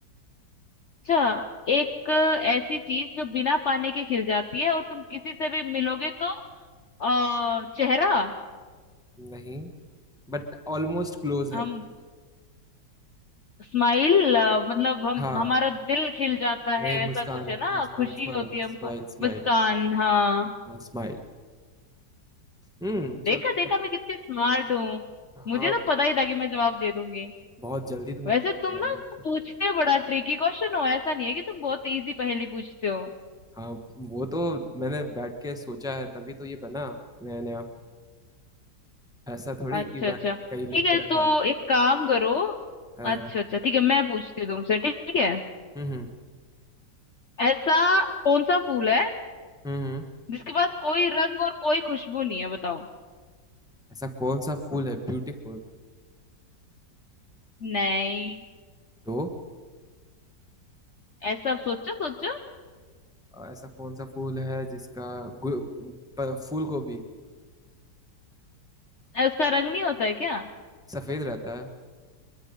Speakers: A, on the left (about 50°); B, in the centre.
A: अच्छा एक ऐसी चीज जो बिना पानी के खिल जाती है और तुम किसी से भी मिलोगे तो आ, चेहरा
B: नहीं बट ऑलमोस्ट क्लोज
A: हम
B: है तुम
A: स्माइल मतलब हम
B: हाँ
A: हमारा दिल खिल जाता
B: नहीं
A: है
B: मुस्कान
A: ऐसा कुछ है ना
B: मुस्कान
A: खुशी
B: स्माइल
A: होती है हमको
B: स्माइल स्माइल
A: मुस्कान हाँ
B: हाँ स्माइल हम्म
A: देखा
B: चलो बहुत
A: देखा मैं कितनी स्मार्ट हूँ
B: हाँ
A: मुझे तो पता ही था कि मैं जवाब दे दूंगी
B: बहुत जल्दी तुम्हें
A: वैसे
B: पता
A: तुम
B: चला
A: ना
B: गया
A: पूछते बड़ा ट्रिकी क्वेश्चन हो ऐसा नहीं है कि तुम बहुत इजी पहेली पूछते हो
B: हाँ वो तो मैंने बैठ के सोचा है तभी तो ये बना नया नया ऐसा थोड़ी
A: अच्छा
B: कि मैं
A: अच्छा
B: कहीं लिख
A: ठीक है
B: के रखा
A: तो एक काम करो
B: हाँ, हाँ,
A: अच्छा अच्छा ठीक है मैं पूछती हूँ तुमसे ठीक है
B: हम्म
A: ऐसा कौन सा फूल है
B: हम्म हम्म
A: जिसके पास कोई रंग और कोई खुशबू नहीं है बताओ
B: ऐसा कौन सा फूल है ब्यूटीफुल
A: नहीं
B: तो
A: ऐसा सोचो सोचो
B: अ, ऐसा कौन सा फूल है जिसका गु- प- फूल को भी
A: अ, उसका रंग नहीं होता है क्या
B: सफेद रहता है